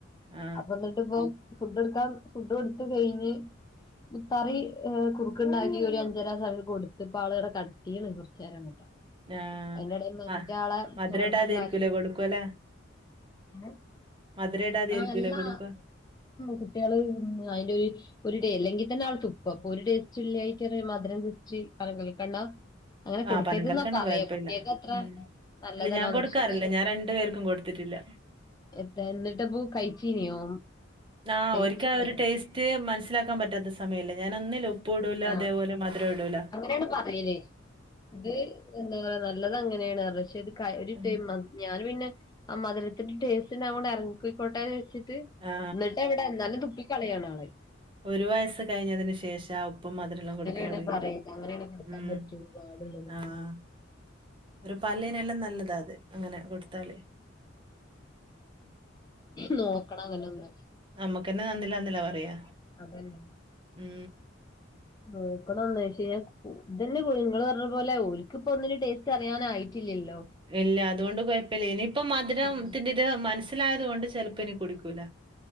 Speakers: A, on the right (about 25°); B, on the left (about 20°).
A: ആ
B: അപ്പൊ പ്പോ ഫുഡ് എടുക്കാൻ ഫുഡ് കൊടുത്ത് ടുത്ത് കഴിഞ്ഞ് മുത്താറി കുറുക്കുണ്ടാക്കി ഒരു അഞ്ചരാ സമയാ കൊടുത്ത്പ്പ ആള് ഇവിടെ കിടത്തി കുറച്ച് നേരം കുറച്ചു നേരം അങ്ങോട്ടെ
A: ആ
B: അതിന്റെടൽ മറ്റയാളെ
A: ആ, മധുര
B: ഹോംവർക്കും
A: ഇടാതെ ആയിരിക്കൂലേ
B: കാര്യങ്ങള
A: കൊടുക്കൂല
B: എങ്ങനെ
A: മധുര ഇടാതെ
B: ആഹ്
A: ആയിരിക്കൂലേ
B: നല്ലതാ
A: കൊടുക്കുക
B: കുട്ടികള് അതില് ഒരു ഡേ അല്ലെങ്കിൽ തന്നെ ആൾ തുപ്പ അപ്പൊ ഒരു ടേസ്റ്റും ഇല്ലാഞ്ഞിട്ട് ഞാൻ മധുരം ജസ്റ്റ് മധുരം ജസ്റ്റ് പനം കൽക്കണ്ടം അങ്ങനെ കൊടുക്കരുത്
A: ആ പനം കൽക്കണ്ടം
B: ന്നാ പറയാ
A: കുഴപ്പമില്ല
B: കുട്ടിയക്കെ അത്ര നല്ലതല്ലാന്ന്
A: ഇല്ല ഞാൻ കൊടുക്കാറില്ല
B: പക്ഷെ എന്നാലും
A: ഞാൻ രണ്ടു പേർക്കും കൊടുത്തിട്ടില്ല.
B: എത്ത എന്നിട്ടപ്പൊ കഴിച്ചീനിയോ?
A: ആഹ്
B: ടേസ്റ്റ്
A: ഓര്ക്ക
B: ഉണ്ടാവോ
A: ആ ഒരു ടേസ്റ്റ് മനസ്സിലാക്കാപറ്റാത്ത സമയല്ലേ? ഞാനൊന്നിലും ഉപ്പൂടൂല
B: ആ
A: അതേപോലെ മധുരൂടൂലാ
B: അങ്ങനെയാണ് പറയല് അത് എന്താ പറയാ, നല്ലത് അങ്ങനേണ്റിയ പക്ഷെയിത് ക ഒരു
A: ആഹ്.
B: ടേം വന്ന് ഞാന് പിന്നെ ആ മധുരത്തിന്റെ ടേസ്റ്റണ്ടായിക്കോണ്ട് എറങ്ങിപ്പോയ്ക്കോട്ടേന്നെച്ച്ട്ട്
A: ആ.
B: ഇന്ന്ട്ടെവ്ടെ ഇന്നാലും തുപ്പിക്കളയാണാള്
A: ഒരു വയസ്സ് കഴിഞ്ഞതിന് ശേഷാ ഉപ്പും മധുരൊല്ലാം
B: അങ്ങനെയാണ്
A: കൊടുക്കലൊട്ങ്ങിയത്
B: പറയുന്നത് അങ്ങനെയാണ് കൊടുക്കാൻ
A: ഉം
B: പറ്റുള്ളൂ പാടുള്ളൂന്നൊക്കെ
A: ആഹ് ഓരെ പല്ലിനെല്ലാം നല്ലതാ അത് അങ്ങനെ കൊടുത്താല്
B: നോക്കണങ്ങനൊന്ന്
A: അമ്മക്കെന്നെ നന്നില്ലാന്നല്ല പറയാ
B: അതന്നെ
A: ഉം
B: നോക്ക്ണൊള്ളു പക്ഷേ ഇതന്നെ പോയി ഇങ്ങെളറ്ഞ്ഞപ്പോലെ ഓൽക്ക്പ്പൊന്നിലും ടേസ്റ്ററിയാനായിട്ടില്ലല്ലോ?
A: ഇല്ല, അതുകൊണ്ട് കൊഴപ്പല്ല്യ ഇനിയിപ്പം മധുരം
B: ഉം
A: ത്തിന്റെത് മനസ്സിലായത് കൊണ്ട് ചെലപ്പോ ഇനി കുടിക്കൂല.